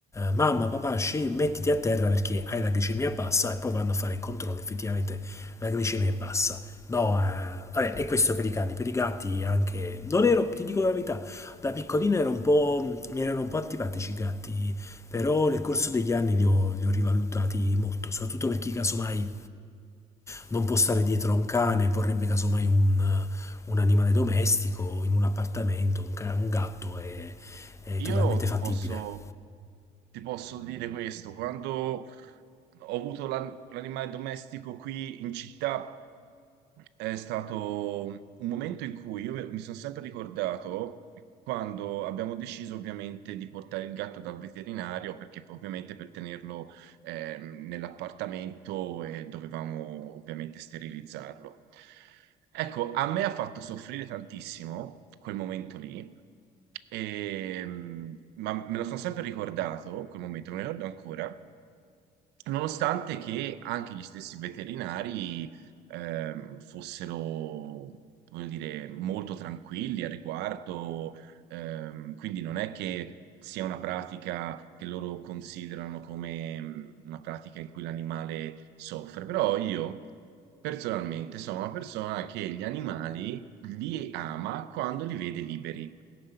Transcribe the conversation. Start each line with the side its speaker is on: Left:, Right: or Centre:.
Left: mamma, papà, sce- mettiti a terra perché hai la glicemia bassa e poi vanno a fare il controllo, effettivamente la glicemia è bassa. No, eh, vabbè, e questo per i cani, per i gatti anche. Non ero, ti dico la verità, da piccolino ero un po', mi erano un po' antipatici i gatti, però nel corso degli anni li ho, li ho rivalutati molto, soprattutto per chi casomai non può stare dietro a un cane, vorrebbe casomai un, un animale domestico in un appartamento, un, ca- un gatto è, è totalmente
Right: Io
Left: fattibile.
Right: ti posso, ti posso dire questo, quando ho avuto l'an- l'animale domestico qui in città, È stato un momento in cui io mi sono sempre ricordato quando abbiamo deciso ovviamente di portare il gatto dal veterinario perché poi, ovviamente per tenerlo ehm, nell'appartamento e dovevamo ovviamente sterilizzarlo. Ecco, a me ha fatto soffrire tantissimo quel momento lì, e, mm, ma me lo sono sempre ricordato, quel momento, me lo ricordo ancora, nonostante che anche gli stessi veterinari ehm, fossero, voglio dire, molto tranquilli al riguardo, ehm, quindi non è che sia una pratica che loro considerano come mh, una pratica in cui l'animale soffre, però io personalmente sono una persona che gli animali li ama quando li vede liberi.